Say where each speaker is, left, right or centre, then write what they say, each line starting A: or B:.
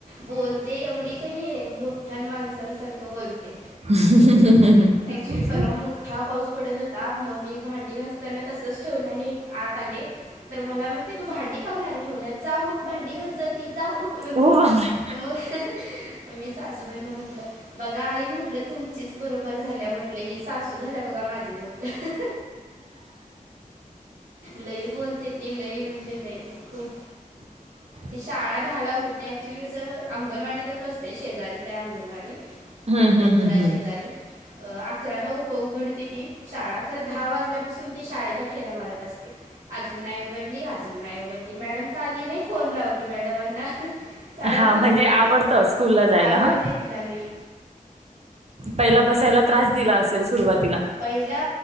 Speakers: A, on the right; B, on the right.
A: बोलते एवढी कणी मोठ माणसांसारखं बोलते.
B: <unintelligible>
A: ॲक्च्युली परवा मोठा पाऊस पडत होता, मग मी भांडी घासताना तसच ठेवले आणि आत आले. तर मला म्हणते तू भांडी का बाहेर? ठेवल्यात जा. ऊठ भांडी घास जा ती, जा उठ म्हणतेय
B: हो बापरे.
A: मग मी सासूबाईना म्हटलं, बघा आई म्हटलं तुमचीच बरोबर झाल्या म्हटलं, ही सासू झालीया बघा, माझी म्हटलं लई बोलते ती, लई म्हणजे लई खूप
B: <unintelligible>
A: शाळा दहा ला उघडते ऍक्च्युली कसं अंगणवाडीतच बसते शेजारीच आहे अंगणवाडी.
B: हम्म हम्म
A: घरा
B: हम्म हम्म
A: शेजारी अ अकराला उ प उघडते ती शाळा खरं दहा वाजल्यापासून ती शाळेच्या फेऱ्या मारत असते. अजून नाही उघडली, अजून नाही उघडली, मॅडम का आली नाही? फोन लाव की मॅडमांना. चालूच
B: हा
A: असतंय
B: म्हणजे
A: तिच
B: आवडतं स्कूलला जायला
A: आवडते
B: हा
A: तिला लई
B: पहिला बसायला त्रास दिला असेल सुरुवातीला?
A: पहिला